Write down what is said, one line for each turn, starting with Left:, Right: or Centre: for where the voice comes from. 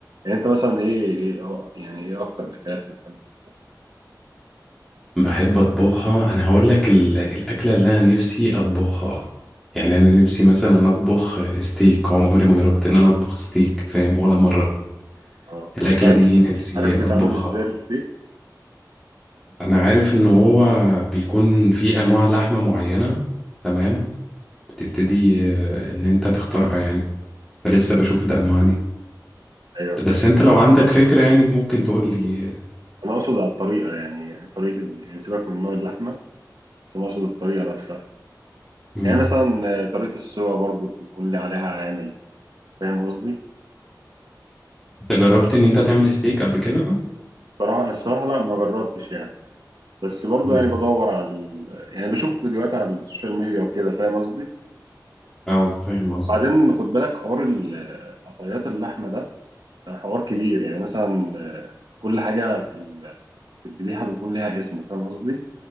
Right: يعني انت مثلا ايه ايه اه يعني ايه اكتر الاكلات اللي بتحب تطبخها
Centre: بحب أطبخها أنا هقول لك ال- الأكلة اللي أنا نفسي أطبخها يعني أنا نفسي مثلا أطبخ ستيك عمري ما جربت إن أنا أطبخ ستيك فاهم ولا مرة
Right: اه
Centre: الأكلة
Right: طب انت عارف
Centre: دي نفسي
Right: عارف
Centre: أطبخها
Right: بيتعمل ازاي الستيك
Centre: أنا عارف إن هو بيكون في أنواع لحمة معينة تمام تبتدي آه، ان انت تختارها يعني فلسه بشوف الانواع دي
Right: ايوه
Centre: بس
Right: فاهم
Centre: انت لو عندك فكرة يعني ممكن تقول لي
Right: انا اقصد على الطريقه يعني يعني طريقه ال- يعني سيبك من نوع اللحمه بس انا اقصد الطريقه نفسها
Centre: مم.
Right: يعني مثلا آه، طريقه السوا برضو بيكون لي عليها عامل فاهم قصدي
Centre: انت جربت ان انت تعمل ستيك قبل كده
Right: الصراحه الصراحه لا ما جربتش يعني بس برضو
Centre: مم.
Right: يعني بدور على ال... يعني بشوف فيديوهات على السوشيال ميديا وكده فاهم قصدي
Centre: اه فاهم قصدي
Right: بعدين خد بالك حوار ال- قطعيات اللحمة ده حوار كبير يعني مثلا آه، كل حاجة في ال- في الذبيحة بيكون ليها اسم فاهم قصدي؟